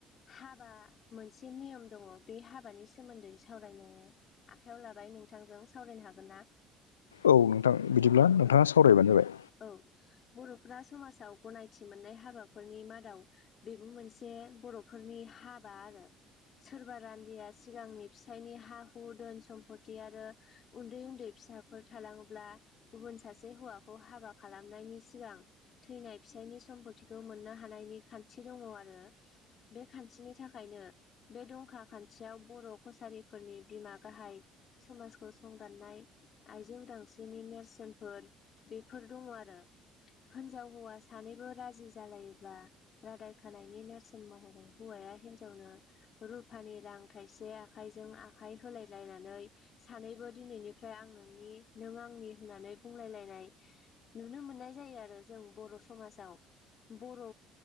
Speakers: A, on the left (about 45°); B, on the left (about 85°).
A: हाबा मोनसे नियम दङ बे हाबानि सोमोन्दै सावरायनो आखाइयाव लाबाय नोंथांजों सावरायनो हागोन ना?
B: औ नोंथां बिदिब्ला नोंथाङा
A: औ
B: सावरायबानो जाबाय।
A: औ बर'फ्रा समाजाव गनायथि मोननाय हाबाफोरनि मादाव बेबो मोनसे बर'फोरनि हाबा आरो। सोरबा रान्दिया सिगांनि फिसायनि हा हु धोन सम्फति आरो उन्दै-उन्दै फिसाफोर थालाङोब्ला गुबुन सासे हौवाखौ हाबा खालामनायनि सिगां थैनाय फिसायनि सम्पतिखौ मोननो हानायनि खान्थि दङ आरो। बे खान्थिनि थाखायनो बे दंखा खान्थियाव बर' कसारिफोरनि बिमा गाहाय समाजखौ संदाननाय आइजो उदांस्रिनि नेरसोनफोर बेफोर दङ आरो हिनजाव हौवा सानैबो राजि जालायोबा रादाय खानायनि नेरसोन महरै हौवाया हिनजावनो रुफानि रां थाइसे आखाइजों आखाइ होलाय लायनानै सानैबो दिनैनिफ्राय आं नोंनि नों आंनि होननानै बुंलायलायनाय नुनो मोननाय जायो आरो जों बर' समाजाव बर'